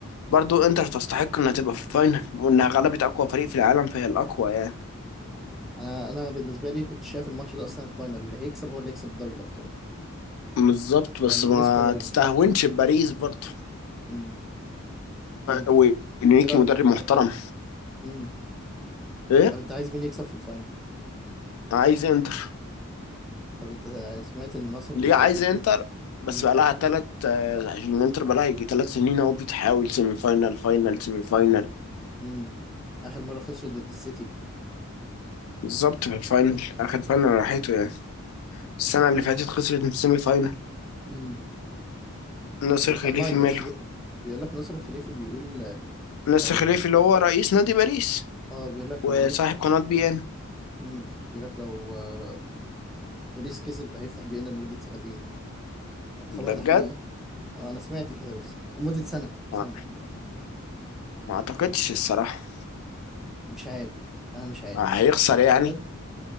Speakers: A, on the left; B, in the centre.
A: برضو إنتر تستحق إنها تبقى في الفاينل وإنها غلبت أقوى فريق في العالم فهي الأقوى يعني
B: انا انا بالنسبة لي كنت شايف الماتش ده اصلا الفاينل اللي هيكسب هو اللي هيكسب الدوري الأبطال
A: بالظبط
B: مع
A: بس
B: ان
A: ما
B: باريس قوية
A: تستهونش بباريس برضو
B: مم. طب انت
A: وانريكي
B: ايه رأيك
A: مدرب
B: في الخبر؟
A: محترم
B: مم.
A: ايه
B: طب انت عايز مين يكسب في الفاينل؟
A: عايز انتر
B: طب انت سمعت ان النصر اللي
A: ليه
B: خليفي
A: عايز انتر بس
B: مم.
A: بقى لها ثلاث عشان الانتر بقى لها يجي ثلاث سنين اهو بتحاول سيمي فاينال فاينال سيمي فاينال
B: مم. اخر مرة خسرت ضد السيتي
A: بالظبط في الفاينل اخر فاينل راحته يعني السنه اللي فاتت خسرت من السيمي فاينال
B: امم
A: ناصر
B: وطلعت
A: خليفي
B: برشلونة
A: ماله
B: بيقول لك نصر الخليفي بيقول
A: ناصر
B: لو
A: خليفي اللي هو رئيس نادي باريس
B: اه بيقول لك
A: وصاحب
B: لو باريس كسب
A: قناه بي ان
B: امم بيقول لك لو آه، باريس كسب هيفتح بينا لمدة سنتين الخبر
A: ده
B: ده
A: بجد
B: حقيقي آه انا سمعت كده بس لمدة سنة سنة
A: ما ما اعتقدش الصراحه
B: مش عارف انا مش عارف
A: هيخسر
B: هو
A: يعني
B: ده بجد